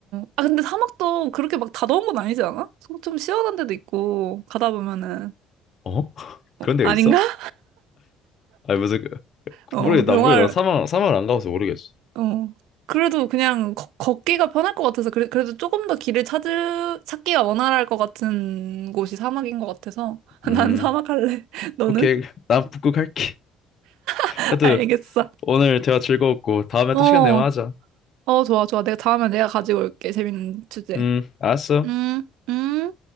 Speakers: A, on the right (about 80°); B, on the left (about 35°).
A: 아 근데 사막도 그렇게 막 다 더운 건 아니지 않아? 좀 시원한 데도 있고 가다 보면은
B: 어? <laughs> 그런
A: 어,
B: 데가
A: 아닌가?
B: 있어?
A: <laughs>
B: 아니 무슨
A: 어,
B: 모르겠나
A: 영화를
B: 모르겠나 사막 사막을 안 가봐서 모르겠어.
A: 어. 그래도 그냥 걷- 걷기가 편할 것 같아서 그래, 그래도 조금 더 길을 찾을 찾기가 원활할 것 같은 곳이 사막인 것 같아서 <laughs>
B: 음.
A: 난 사막 할래. <laughs> 너는?
B: 오케이, 난 북극 할게.
A: <laughs>
B: 하여튼
A: 알겠어.
B: 오늘 대화 즐거웠고 다음에
A: 어,
B: 또 시간 내면 하자.
A: 어, 좋아, 좋아. 내가 다음에 내가 가지고 올게. 재밌는 주제.
B: 음, 알았어.
A: 음, 음.